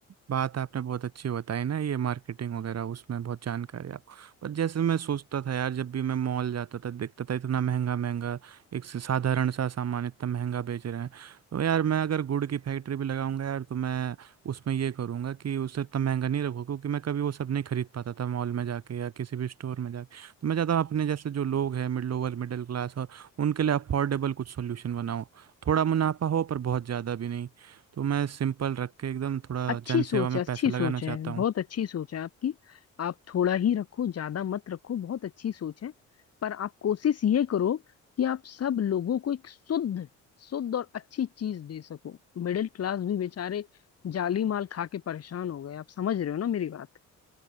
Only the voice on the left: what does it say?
अच्छी
सोच
है
अच्छी सोच
है
बहुत अच्छी सोच है आपकी आप थोड़ा ही रखो ज्यादा मत रखो बहुत अच्छी सोच है पर आप कोशिश ये करो कि आप सब लोगों को एक शुद्ध शुद्ध और अच्छी चीज दे सको मिडिल क्लास भी बेचारे जाली माल खा के परेशान हो गए आप समझ रहे हो ना मेरी बात